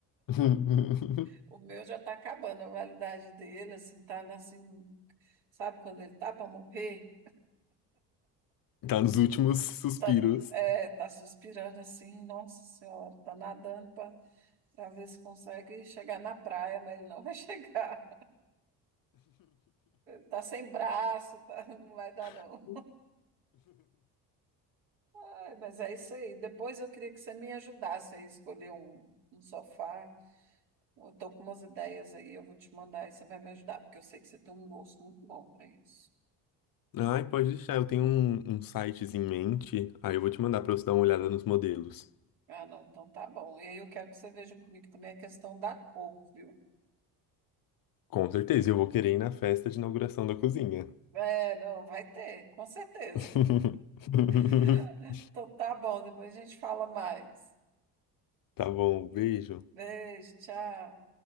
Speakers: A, on the left; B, on the right.
A: <laughs>
B: O meu já está acabando a validade dele, assim, tá assim, sabe quando ele tá para morrer?
A: Tá nos últimos suspiros.
B: Tá, é, tá suspirando assim, nossa senhora, tá nadando para ver se consegue chegar na praia, mas ele não vai <laughs> chegar. Tá sem braço, tá, não vai dar não.
A: <laughs>
B: Ai, mas é isso aí. Depois eu queria que você me ajudasse aí a escolher um, um sofá. Eu tô com umas ideias aí, eu vou te mandar e você vai me ajudar, porque eu sei que você tem um gosto muito bom para isso.
A: Ai, pode deixar. Eu tenho um, um sites em mente. Aí eu vou te mandar pra você dar uma olhada nos modelos.
B: Ah, não, então tá bom. E aí eu quero que você veja comigo também a questão da cor, viu?
A: Com certeza, eu vou querer ir na festa de inauguração da cozinha.
B: É, não, vai ter, com certeza.
A: <laughs>
B: <laughs> Então tá bom, depois a gente fala mais.
A: Tá bom, beijo.
B: Beijo, tchau.